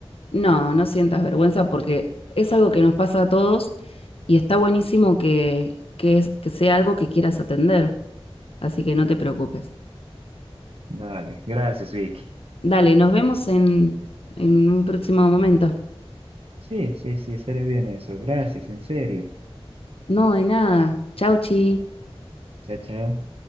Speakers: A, on the left; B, on the right.
A: No, no sientas vergüenza porque es algo que nos pasa a todos y está buenísimo que, que es- que sea algo que quieras atender, así que no te preocupes.
B: Dale, gracias, Vicky.
A: Dale, nos vemos en, en un próximo momento.
B: Sí, sí, sí, estaría bien eso. Gracias, en serio.
A: No, de nada. Chau, chi.
B: Chao, chao.